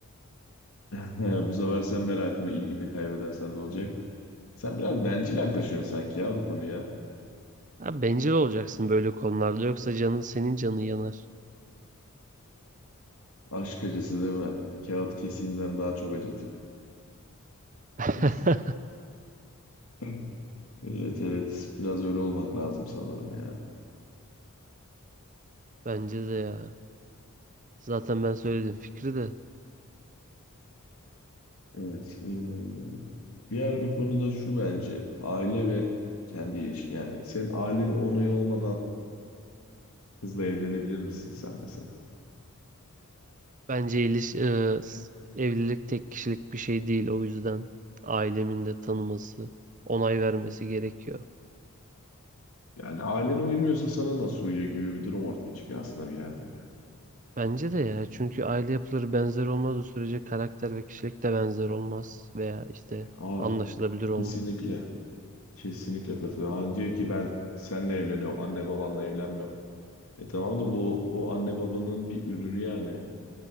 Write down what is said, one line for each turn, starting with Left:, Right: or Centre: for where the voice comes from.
Left: <laughs> Bu sefer sen merakını, ilgini kaybedersen ne olacak? Sen biraz bencil yaklaşıyorsun sanki ya bu konuya.
Right: Abi bencil olacaksın böyle konularda yoksa canın senin canın yanar.
Left: Aşk acısı değil mi? Kağıt kesiğinden daha çok acıtır.
Right: <laughs>
Left: <clears throat> <laughs> Evet evet biraz öyle olmak lazım sanırım ya.
Right: Bence de ya. Zaten ben söyledim fikri de.
Left: Evet. ee, diğer bir konu da şu bence aile ve kendi ilişki yani. Senin ailenin onayı olmadan kızla evlenebilir misin sen mesela?
Right: Bence iliş- e, s- evlilik tek kişilik bir şey değil o yüzden ailemin de tanıması, onay vermesi gerekiyor.
Left: Yani ailene uymuyorsa sana nasıl uyuyor gibi bir durum ortaya çıkıyor aslında bir yerde de.
Right: Bence de ya çünkü aile yapıları benzer olmadığı sürece karakter ve kişilik de benzer olmaz veya işte
Left: Aa,
Right: anlaşılabilir olmaz.
Left: kesinlikle. Kesinlikle katılıyorum. Hani diyor ki ben seninle evleniyorum. Anne babanla evlenmiyorum. E tamam da bu o anne babanın bir ürünü yani